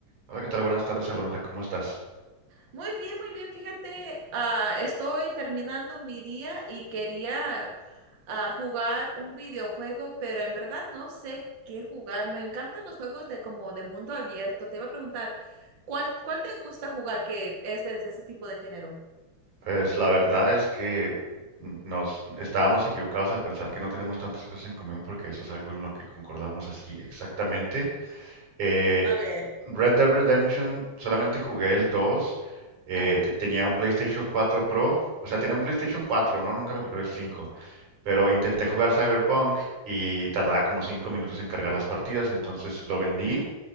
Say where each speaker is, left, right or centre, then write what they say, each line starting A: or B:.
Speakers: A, on the right; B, on the right.
A: Hola, ¿qué tal? Buenas tardes, Alondra. ¿Cómo estás?
B: Muy bien, muy bien. Fíjate, ah, estoy terminando mi día y quería ah, jugar un videojuego, pero en verdad no sé qué jugar. Me encantan los juegos de como de mundo abierto. Te iba a preguntar, ¿cuál, cuál te gusta jugar que es de ese tipo de género?
A: Pues la verdad es que nos estábamos equivocados al pensar que no tenemos tantas cosas en común porque eso es algo en lo que concordamos así exactamente. Eh,
B: A ver,
A: Red Dead Redemption solamente jugué el dos eh,
B: ajá,
A: te- tenía un PlayStation 4 Pro. O sea, tenía un PlayStation 4, ¿no? Nunca me compré el cinco
B: sí,
A: Pero intenté jugar Cyberpunk y tardaba como 5 minutos en cargar las partidas. Entonces lo vendí
B: ajá,